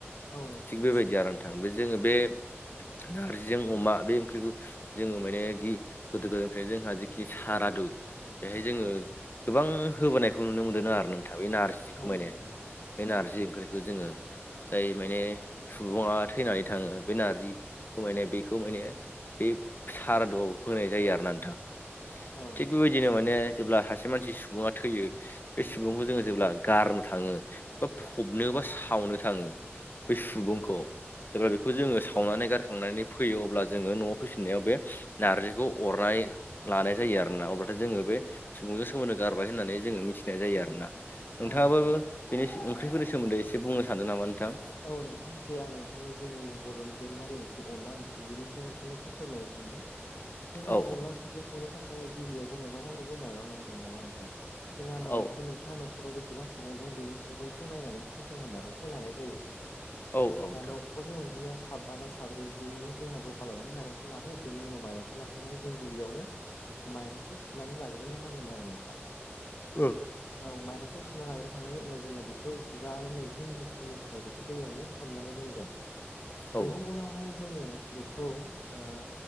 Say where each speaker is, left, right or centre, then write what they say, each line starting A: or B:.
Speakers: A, on the left; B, on the left.
A: औ नोंथां
B: थिग बेबायदि आरो नोंथां बे जोङो बे नारजिजों अमा बे ओंख्रिखौ जोङो मानो गि गोदो गोदायनिफ्रायनो जोंहा जिखिनि सारादु बेहाय जोङो गोबां होबोनायखौ नुनो मोनदोंनो आरो नोंथां बे नारजिखौ
A: औ
B: माने।
A: नोंथां
B: बे नारजि ओंख्रिखौ जोङो जाय माने सुबुङा थैनानै थाङो बे नारजिखौ माने बेखौ माने बे सारादुआव होनाय जायो आरोना नोंथां।
A: औ नोंथां
B: थिग बेबायदिनो माने जेब्ला सासे मानसि सुबुङा थैयो बे सुबुंखौ जोङो जेब्ला गारनो थाङो बा फबनो बा सावनो थाङो बे सुबुंखौ। जेब्ला बेखौ जोङो सावनानै गारखांनानै फैयो अब्ला जोङो न'आव फैफिननायाव बे नारजिखौ अरनाय लानाय जायो आरो ना अब्लाथाय जोङो बे सुबुंजों सोमोन्दो गारबाय होननानै जोङो मिथिनाय जायो आरोना। नोंथाङाबो
A: औ नोंथां
B: बेनि ओंख्रिफोरनि सोमोन्दै एसे बुंनो सानदों नामा नोंथां?
A: औ नोंथां जे आं नोंथांनो जोंनि बर'नि दोरोङारि ओंख्रि अनला ओंख्रि बेनि सायाव नोंथांनो एसे फोरमायनो सानदों। जोंहा
B: औ
A: अनला ओंख्रिखौ संनो थाखाय गिबियाव जोंनो मा नांग्रोगौ माइरं नांग्रोगोन आरो नोंथां। जोंहा माइरंखौ
B: औ
A: नोंसा न'खराव बेसेबां सुबुं दं बेनि सुबुंखौ नायनानैसो जोंहा माइरंखौ लानाय जायो।
B: औ औ नोंथां
A: बा न'खरनि अनजिमाया साबा बा साब्रै बेयाव जोंहा ज' खालामनानै माइरंखौ लादो। बेनि उनाव माइरं खौ लाखांनानै जों गिबियावनो माइरंखौ सुनानै लाग्रोनो नांगोन आरो नोंथां।
B: ओ।
A: औ माइरंखौ सुना लाग्रोखांनायनि उनाव जोङो बेखौ जिबा आरो नैजि मिनिट समनि थाखाय बे दैयावनो सोमनानै दोनगोन।
B: औ
A: बेनि उनावहाय जोङो बेखौ ओ